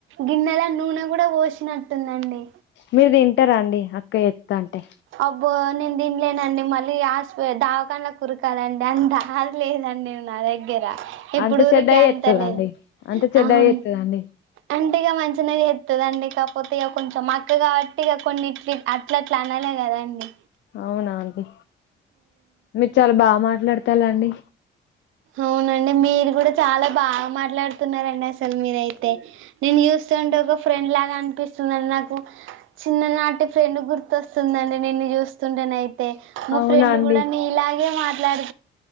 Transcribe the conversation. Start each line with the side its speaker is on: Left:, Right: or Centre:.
Right: గిన్నెల నూనె కూడా పోసినట్టుందండి.
Left: మీరు తింటారా అండి అక్క ఎత్త అంటే?
Right: అబ్బో నేను తినలేనండి మళ్ళీ ఆస్పి దావాకాడ్ల కుర కదండి అంత లేదం డి నా దగ్గర ఇప్పుడు
Left: అంత
Right: ఊరికే
Left: చెడ్డగా
Right: అంత
Left: చేత్తదండి
Right: అనేది
Left: అంత చెడ్డగా
Right: అవును
Left: చేత్తదండి
Right: అంటేగా మంచి తినే ఎత్తదిండి కాకపోతే ఇక కొంచెం మా అక్క కాబట్టి ఇగ కొన్ని అట్లా అట్లా అలే కదా అండి
Left: అవునా అండి మీరు చాలా బాగా మాట్లాడతాలండి.
Right: అవునండి మీరు కూడా చాలా బాగా మాట్లాడుతున్నారండి అసలు మీరైతే నేను చూస్తుంటే ఒక ఫ్రెండ్ లాగా అనిపిస్తుందండి నాకు చిన్న నాటి ఫ్రెండ్ గుర్తొస్తుంది. అండి నిన్ను చూస్తుంటేన అయితే మా
Left: అవునా
Right: ఫ్రెండ్
Left: అండి
Right: కూడా న ఇలాగే మాట్లాడు